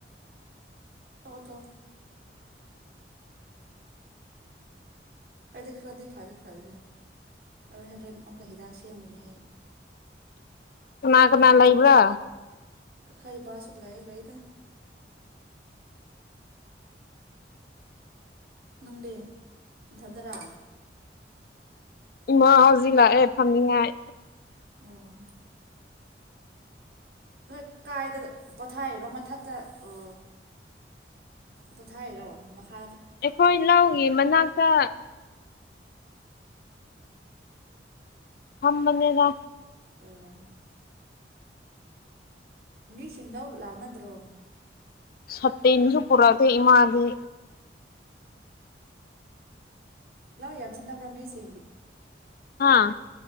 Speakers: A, on the right; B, on the left.
A: ꯊ ꯑꯩꯗꯤ ꯈꯔꯗꯤ ꯐꯗꯤꯦ ꯐꯗꯦ ꯑ ꯍꯣꯔꯦꯟ ꯑꯃꯨꯛꯀ ꯍꯤꯗꯥꯛ ꯁꯦꯝꯕꯅꯤ ꯑꯩ
B: ꯀꯅꯥ ꯀꯅꯥ ꯂꯩꯕ꯭ꯔꯣ
A: ꯈꯩ ꯕꯥꯁꯨ ꯂꯩꯑ ꯂꯩꯗ ꯅꯪꯗꯤ ꯊꯗꯔꯥ
B: ꯏꯃꯥ ꯍꯧꯖꯤꯛ ꯂꯥꯛꯑꯦ ꯐꯝꯅꯤꯉꯥꯏ
A: ꯑꯣ ꯍꯣꯏ ꯀꯥꯏꯗ ꯄꯣꯊꯥꯏꯔꯣ ꯃꯊꯛꯇ ꯑꯣ ꯄꯣꯊꯥꯏꯔꯣ ꯃꯈꯥ
B: ꯑꯩꯈꯣꯏ ꯂꯧꯒꯤ ꯃꯅꯥꯛꯇ ꯑꯝꯕꯅꯦꯗ
A: ꯑꯣ ꯃꯤꯁꯤꯡꯗ ꯂꯥꯛꯅꯗ꯭ꯔꯣ
B: ꯁꯠꯇꯅꯁꯨ ꯄꯨꯔꯛꯑꯗꯦ ꯏꯃꯥꯗꯤ
A: ꯂꯥꯛ ꯌꯥꯝ ꯆꯟꯅꯅꯕ꯭ꯔꯥ ꯃꯤꯁ
B: ꯑꯥ